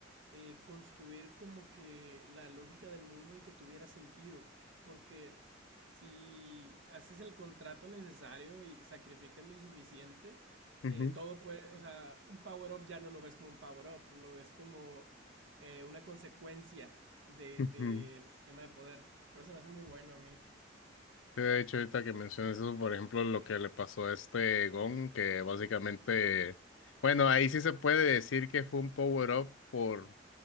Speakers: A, on the right (about 75°); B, on the left (about 80°).
A: eh, construir como que la lógica del mundo y que tuviera sentido. Porque si haces el contrato necesario y sacrificas lo suficiente, eh,
B: ujú,
A: todo puede, o sea, un power-up ya no lo ves como un power-up, lo ves como eh, una consecuencia de-
B: ujú.
A: del sistema de poder. Por eso me hace muy bueno a mí.
B: Sí, De hecho, ahorita que mencionas eso, por ejemplo, lo que le pasó a este Gon, que básicamente, bueno, ahí sí se puede decir que fue un power-up por,